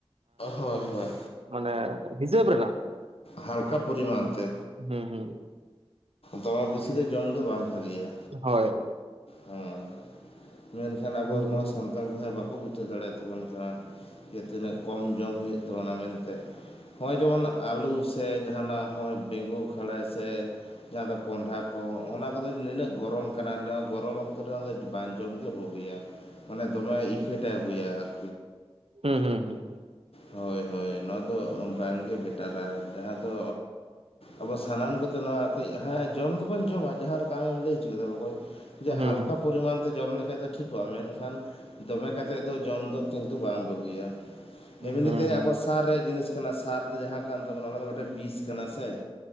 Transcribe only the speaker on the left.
ᱦᱳᱭ ᱦᱳᱭ
ᱦᱟᱞᱠᱟ ᱯᱚᱨᱤᱢᱟᱱ ᱛᱮ
ᱫᱚᱢᱮ ᱵᱮᱥᱤ ᱫᱚ ᱡᱚᱢ ᱫᱚ ᱵᱟᱝ ᱵᱷᱟᱜᱮᱭᱟ
ᱦᱮᱸ ᱢᱮᱱᱠᱷᱟᱱ ᱟᱵᱚ
ᱱᱚᱣᱟ
ᱥᱟᱱᱛᱟᱲ ᱵᱚᱭᱦᱟ ᱵᱟᱝ ᱵᱟᱠᱚ ᱵᱩᱡᱷᱟᱹᱣ ᱫᱟᱲᱮᱭᱟ ᱛᱟᱵᱚᱱ ᱠᱟᱱᱟ ᱡᱮ ᱛᱤᱱᱟᱹᱜ ᱠᱚᱢ ᱡᱚᱢ ᱦᱩᱭᱩᱜ ᱛᱟᱵᱚᱱᱟ ᱢᱮᱱᱛᱮ ᱱᱚᱸᱜᱼᱚᱭ ᱡᱮᱢᱚᱱ ᱟᱹᱞᱩ ᱥᱮ ᱡᱟᱦᱟᱱᱟᱜ ᱱᱚᱸᱜᱼᱚᱭ ᱵᱮᱸᱜᱩ ᱠᱷᱟᱲᱟ ᱥᱮ ᱡᱟᱦᱟᱸ ᱫᱚ ᱠᱚᱸᱰᱷᱟ ᱠᱚ ᱚᱱᱟ ᱠᱚᱫᱚ ᱱᱤᱱᱟᱹᱜ ᱜᱚᱨᱚᱢ ᱠᱟᱱᱟ ᱜᱚᱨᱚᱢ ᱚᱠᱛᱚ ᱨᱮ ᱫᱚ ᱵᱟᱝ ᱡᱚᱢᱜᱮ ᱵᱩᱜᱩᱭᱟ ᱢᱟᱱᱮ ᱫᱚᱢᱮ ᱤᱯᱷᱮᱠᱴᱮ ᱟᱹᱜᱩᱭᱟ ᱟᱨᱠᱤ
ᱦᱳᱭ ᱦᱳᱭ ᱱᱚᱣᱟ ᱫᱚ ᱵᱟᱝᱜᱮ ᱵᱮᱴᱟᱨᱟ ᱡᱟᱦᱟᱸ ᱫᱚ ᱟᱵᱚ ᱥᱟᱱᱟᱢ ᱠᱚᱛᱮ ᱱᱚᱣᱟ ᱠᱟᱹᱡ ᱡᱚᱢ ᱫᱚᱵᱚᱱ ᱡᱚᱢᱟ ᱡᱟᱦᱟᱸ ᱞᱮᱠᱟ ᱟᱢᱮᱢ ᱞᱟᱹᱭ ᱫᱚ ᱠᱮᱫᱟ ᱵᱚᱠᱚᱧ
ᱡᱮ ᱦᱟᱞᱠᱟ ᱯᱚᱨᱤᱢᱟᱱ ᱛᱮ ᱡᱚᱢ ᱞᱮᱠᱷᱟᱡ ᱫᱚ ᱴᱷᱤᱠᱚᱜᱼᱟ ᱢᱮᱱᱠᱷᱟᱱ ᱫᱚᱢᱮ ᱠᱟᱛᱮᱫ ᱫᱚ ᱡᱚᱢ ᱫᱚ ᱠᱤᱱᱛᱩ ᱵᱟᱝ ᱵᱟᱹᱜᱤᱭᱟ
ᱮᱢᱱᱤ
ᱛᱮ ᱟᱵᱚ ᱥᱟᱨ ᱨᱮᱭᱟᱜ ᱡᱤᱱᱤᱥ ᱠᱟᱱᱟ ᱥᱟᱨ ᱫᱚ ᱡᱟᱦᱟᱸ ᱠᱟᱱ ᱛᱟᱵᱚᱱᱟ ᱚᱱᱟ ᱫᱚ ᱢᱤᱫᱴᱮᱱ ᱵᱤᱥ ᱠᱟᱱᱟ ᱥᱮ